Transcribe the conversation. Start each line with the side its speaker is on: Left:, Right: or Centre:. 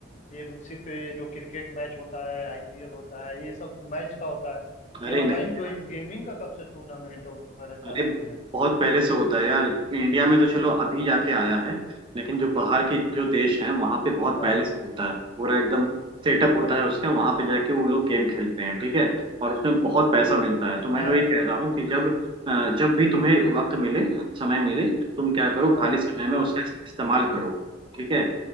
Left: ये बस सिर्फ ये जो क्रिकेट मैच होता है आईपीएल होता है ये सब मैच का होता है ये
Right: अरे
Left: ऑनलाइन
Right: नहीं
Left: गेमिंग का कब से टूर्नामेंट वगैरह चालू
Right: अरे
Left: हो गया
Right: बहुत पहले से होता है यार इंडिया में तो चलो अभी जाके आया है लेकिन जो बाहर की जो देश हैं वहां पे बहुत
Left: हाँ
Right: पहले से होता है पूरा एकदम सेटअप होता है उसका वहां पे जाके वो लोग गेम खेलते हैं ठीक है और उसमें बहुत पैसा मिलता है
Left: अच्छा
Right: तो मैं वही कह रहा हूँ कि जब अ, जब भी तुम्हें वक्त मिले समय मिले तुम क्या करो
Left: हाँ
Right: खाली समय में
Left: हाँ
Right: उसका इस्तेमाल करो ठीक है